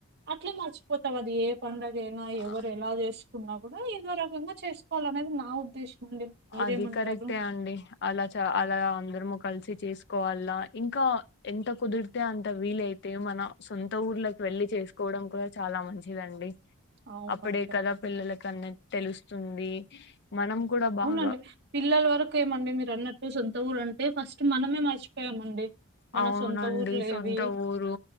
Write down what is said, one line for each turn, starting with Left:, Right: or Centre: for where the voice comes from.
Right: అట్లే మర్చిపోతావు అది ఏ పండుగ అయినా
Left: అ-
Right: ఎవరు ఎలా జేసు కున్నా గూడా ఏదో రకంగా చేసుకోవాలినేది నా ఉద్దేశం అండి మీరేమంటారు
Left: అది కరెక్టే అండి అలా చ అలా అందరము కలిసి చేసుకోవాల ఇంకా ఎంత కుదిరితే అంత వీలైతే మన సొంత ఊర్లకి వెళ్ళి చేసుకోవడం కూడా చాలా మంచిదండి
Right: అవునా
Left: అప్పుడే కదా పిల్లలకన్ని తెలుస్తుంది మనం కూడా బాగా
Right: అండి పిల్లల వరకు ఏమండి మీరు అన్నట్టు సొంత ఊరు అంటే ఫస్ట్ మనమే మర్చిపోయామండి మన
Left: అవునండి
Right: సొంత ఊర్లు
Left: సొంత
Right: ఏవి
Left: ఊరు